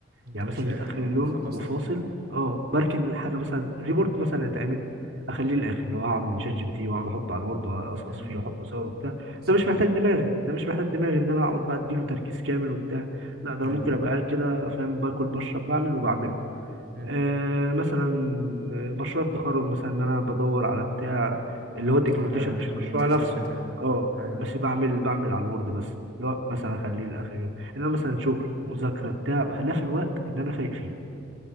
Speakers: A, on the right (about 55°); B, on the right (about 75°).
A: انت
B: يعني
A: مش
B: مثلا جيت
A: قادر
B: اخر اليوم
A: اه خلصت
B: وفاصل
A: يومك
B: اه بركن الحاجه مثلا ريبورت مثلا هيتعمل اخليه الاخر اللي هو هعمل من شات جي بي تي واقعد احطه على الوورد واقصقص
A: مم.
B: فيه واحط صور وبتاع
A: سهلة
B: ده مش محتاج
A: دي
B: دماغي ده مش محتاج دماغي ان انا اقعد بقى اديله تركيز كامل وبتاع لا ده
A: ايوه
B: انا ممكن ابقى قاعد كده فاهم باكل بشرب بعمل وبعمله
A: مم.
B: آه، مثلا مشروع التخرج مثلا ان انا بدور على بتاع اللي هو الدوكيومنتيشن
A: على الدوكيومنتيشن
B: مش مشروع نفسه
A: بتاعه
B: اه
A: ايوه
B: بس بعمل بعمل على الوورد بس اللي هو مثلا
A: مم.
B: اخليه لاخر يوم انا مثلا شغل مذاكره بتاع بخليها في الوقت اللي انا فايق فيه